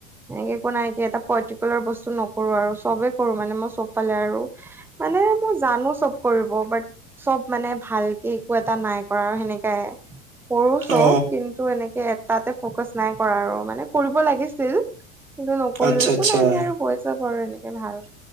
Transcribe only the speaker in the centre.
এনেকে একো নাই, এনেকে এটা পাৰ্টিকুলাৰ বস্তু নকৰো আৰু চবেই কৰো মানে মই চ'ব ফালে আৰু। মানে মই জানো চ'ব কৰিব বাট- চ'ব মানে ভালকে একো এটা নাই কৰা আৰু সেনেকাই। কৰো চ'ব
কিন্তু এনেকে এটাতে ফ্ৰকাচ নাই কৰা আৰু মানে কৰিব লাগিছিল। কিন্তু নকৰিলো,
একো
নাই দিয়া আৰু হৈ যাব আৰু এনেকে ভাল।